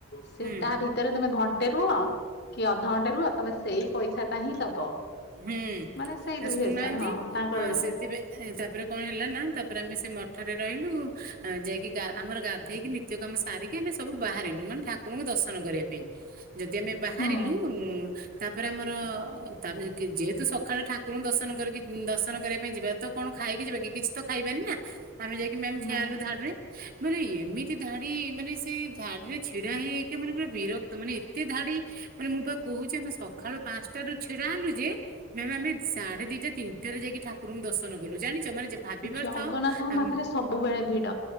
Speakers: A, on the left; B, on the right.
A: ସେ
B: ହୁଁ।
A: ତା ଭିତରେ। ଭିତରେ ତମେ ଘଣ୍ଟେ ରୁହ କି ଅଧଘଣ୍ଟେ ରୁହ ତମେ ସେଇ ପଇସା ଟା ହିଁ ଦବ।
B: ହୁଁ
A: ମାନେ ସେଇ
B: ଏ
A: ଦୁଇ
B: ଶୁଣୁ
A: ହଜାର
B: ନାହାନ୍ତି
A: ହଁ ତାଙ୍କର
B: ଆ
A: ଏଇଭଳିଆ
B: ସେଥିପାଇଁ। ଏ ତାପରେ କଣ ହେଲା ନା ତାପରେ ଆମେ ସେ ମଠରେ ରହିଲୁ ଯାଇକି ଆମର ଗାଧେଇକି ନି ନିତ୍ୟକର୍ମ ସାରିକି ଆମେ ସବୁ ବାହାରିଲୁ ମାନେ ଠାକୁରଙ୍କୁ ଦର୍ଶନ କରିବା ପାଇଁ। ଯଦି ଆମେ ବାହାରିଲୁ
A: ହୁଁ
B: ଉଁ ତାପରେ ଆମର ତାପ ଯେହେତୁ ସକାଳେ ଠାକୁରଙ୍କୁ ଦର୍ଶନ କରିକି ଦର୍ଶନ କରିବା ପାଇଁ ଯିବା ତ କଣ ଖାଇକି ଯିବା କି କିଛି ତ ଖାଇବାନି ନା ଆମେ ଯାଇକି ମ୍ୟାମ୍ ଠିଆହେଲୁ
A: ନା
B: ଧାଡି ରେ ମାନେ ଏମିତି ଧାଡି ମାନେ ସେ ଧାଡିରେ ଛିଡା ହେଇହେଇକା ମାନେ ପୁରେ ବିରକ୍ତ ମାନେ ଏତେ ଧାଡି ମାନେ ମୁଁ ପା କହୁଛି ଆମେ ସକାଳୁ ପାଞ୍ଚଟାରୁ ଛିଡା ହେଲୁ ମ୍ୟମ ଆମେ ସାଢେ ଦିଟା ତିନିଟାରେ ଯାଇକି ଠାକୁରଙ୍କୁ ଦର୍ଶନ କଲୁ ଜାଣିଛ ମାନେ ଜେ ଭାବି ପାରୁଥିବ
A: ଜଗନ୍ନାଥଙ୍କ
B: ଆମ
A: ପାଖରେ ସବୁବେଳେ ଭିଡ